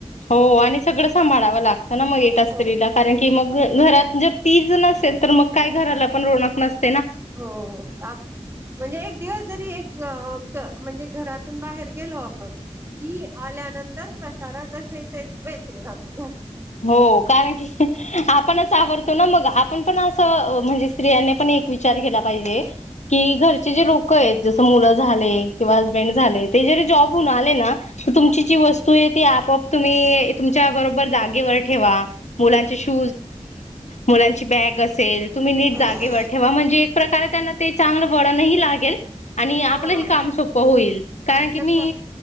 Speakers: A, on the left (about 80°); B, on the right (about 20°).
A: हो आणि सगळं सांभाळावं लागतं ना मग एकेत असतरीला
B: हो
A: कारण की मग घरात जर तीच नसेल तर मग काय घराला पण रोक नसते ना
B: हो म्हणजे एक दिवस जरी म्हणजे घरातून बाहेर गेलो आपण ह आल्यानंतर सार दर्श येत बेश राहात
A: हो कारण की आपणच आवडतो ना मग आपण पण असं म्हणजे त्रिया पण एक विचार केला पाहिजे की घरचे जे लोक आहेत जस मुलं झा कि हबड झाले ते ज जॉबून आले ना तुमची जी वस्तू त आपप तुम तुमच्यारोबर <inaudible> मु अस
B: हम्म
A: ब असे तुम्ही न
B: हम्म
A: ठे म्हणजे प्रकारे त्यांना ते बडण लागेल आणि
B: हा
A: आपलं ह काम सोपं होईल कारण
B: आपलं
A: की मी
B: का